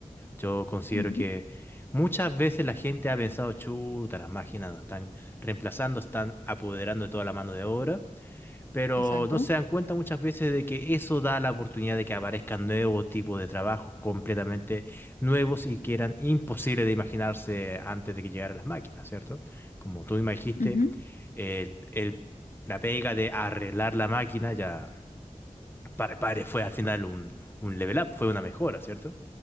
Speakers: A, on the left; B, on the left.
A: Yo considero
B: Ujú,
A: que muchas veces la gente ha pensado, chuta, las máquinas nos están reemplazando, están apoderando de toda la mano de obra, pero
B: Exacto.
A: no se dan cuenta muchas veces de que eso da la oportunidad de que aparezcan nuevos tipos de trabajos completamente nuevos y que eran imposibles de imaginarse antes de que llegaran las máquinas, ¿cierto? Como tú me dijiste,
B: Ujú.
A: el, el- la pega de arreglar la máquina ya para Padre fue al final un, un level up, fue una mejora, ¿cierto?